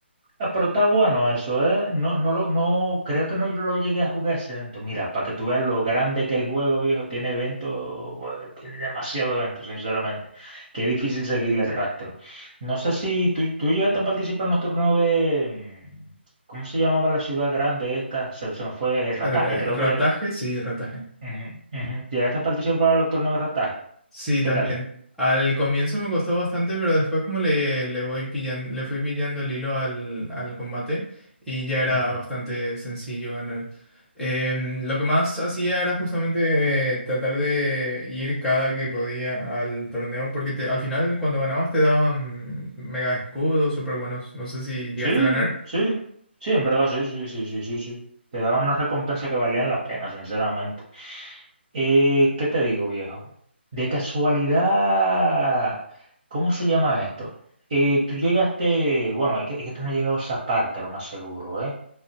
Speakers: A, on the right; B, in the centre.
A: Ah, pero está bueno eso, ¿eh? No, no, lo- no, creo que no yo lo llegué a jugar ese evento. Mira, para que tú veas lo grande que el juego, viejo, tiene eventos, bueno, tiene demasiado eventos, sinceramente. Qué difícil seguirle el rastro. No sé si tú, tú llegaste a participar en los torneos de, mm, ¿cómo se llamaba la ciudad grande esta? Se, se me fue, eh, Rataje,
B: Eh,
A: creo
B: Rataje,
A: que.
B: sí, rataje.
A: Ujú, ujú. Llegaste a participar en los torneos de Rataje.
B: Sí,
A: ¿Qué
B: también.
A: tal?
B: Al comienzo me costó bastante, pero después como le, le voy pillan, le fui pillando el hilo al, al combate y ya era
A: Ujú.
B: bastante sencillo ganar. Em, lo que más hacía era justamente eh, tratar de ir cada que podía al torneo, porque te- al final cuando ganabas te daban mega escudos súper buenos. No sé si llegaste
A: Sí,
B: a ganar.
A: sí, sí, en verdad, sí, sí, sí, sí, sí, sí. Te daban una recompensa que valían la pena, sinceramente. Eh, ¿qué te digo, viejo? De casualidad, ¿cómo se llama esto? Eh, tú llegaste, bueno, es que, es que tú no has llegado a esa parte, lo más seguro, ¿eh?